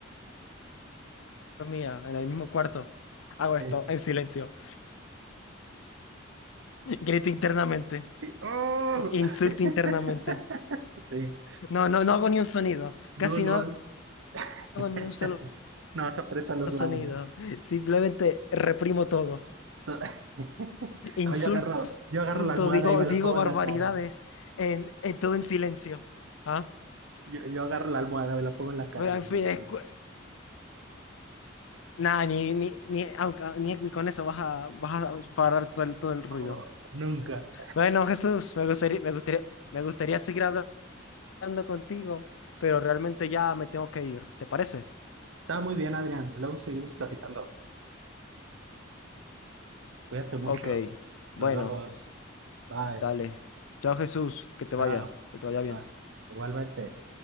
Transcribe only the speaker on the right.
Sí.
¡Oh!
<laughs>
Sí,
no
lo
has,
<laughs>
no vas a apretar los
labios.
<laughs>
No, yo agarro, yo agarro
la almohada
y me
la pongo
en la cara.
Yo, yo agarro la almohada, me la pongo en la cara
y
grito.
"Oh, nunca.
Está muy bien, Adrián. Luego seguimos platicando. Cuídate mucho.
Nos vemos. Bye.
Chao.
Igual-
Igualmente.